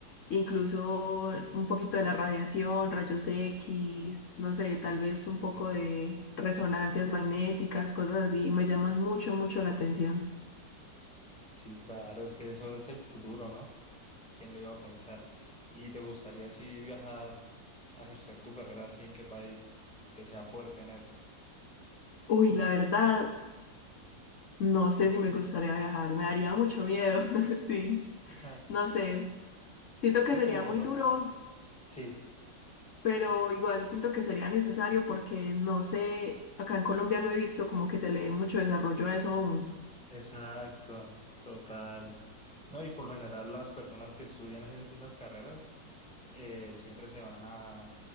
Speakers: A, on the left; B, in the centre.
A: incluso un poquito de la radiación, rayos X, no sé, tal vez un
B: ok.
A: poco de resonancias magnéticas, cosas así, me llaman mucho, mucho la atención.
B: Sí, claro, es que eso es el futuro, ¿no? ¿Quién lo iba a pensar? ¿Y te gustaría así viajar a ejercer tu carrera así en qué país? Que sea fuerte en eso.
A: Uy, la verdad, no sé si me gustaría viajar, me daría mucho miedo, <laughs> sí,
B: Ajá.
A: no sé, siento
B: Es
A: que
B: que
A: sería
B: como
A: muy
B: por lo...
A: duro,
B: Sí,
A: pero igual siento que sería necesario porque no sé, acá en Colombia no he visto como que se le dé mucho desarrollo a eso aún.
B: exacto, total. No, y por lo general las personas que estudian e- esas carreras eh, siempre se van a